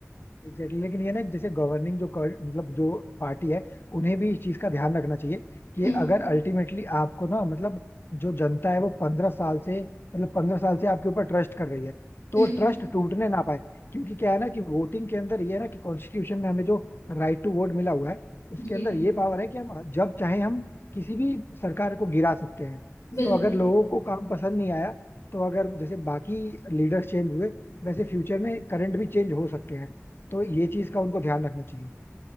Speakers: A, on the left; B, on the left.
A: Exactly exactly. लेकिन ये ना जैसे गवर्निंग जो कर, मतलब जो पार्टी है उन्हें भी इस चीज का ध्यान रखना चाहिए कि
B: हम्म
A: अगर अल्टीमेटली आपको ना मतलब जो जनता है वो पंद्रह साल से मतलब पंद्रह साल से आपके ऊपर ट्रस्ट कर रही है तो
B: हम्म।
A: ट्रस्ट टूटने ना पाए क्योंकि क्या है ना कि वोटिंग के अंदर ये है ना कि कॉन्स्टिट्यूशन में हमें जो राइट टू वोट मिला हुआ है उसके
B: जी
A: अंदर ये पावर है कि हम जब चाहे हम किसी भी सरकार को गिरा सकते हैं
B: बिल्कुल
A: तो अगर लोगों को काम पसंद नहीं आया तो अगर जैसे बाकी लीडर्स चेंज हुए वैसे फ्यूचर में करंट भी चेंज हो सकते हैं तो ये चीज का उनको ध्यान रखना चाहिए